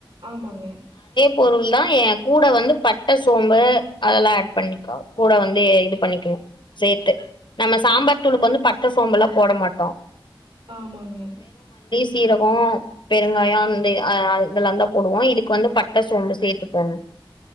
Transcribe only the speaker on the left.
பொருள்தா ஏ கூட வந்து பட்ட சோம்பு அதெல்லாஆட் பண்ணிக்கோ கூட வந்து இது பண்ணிக்கணு சேத்து நம்ம சாம்பார் தூளுக்கு வந்து பட்ட சோம்பெல்லா போட மாட்டோ
சீரகோ பெருங்காயோ
அந்த
ஆ இதலாந்தா போடுவோ இதுக்கு வந்து பட்ட சோம்பு சேத்து போட்ணு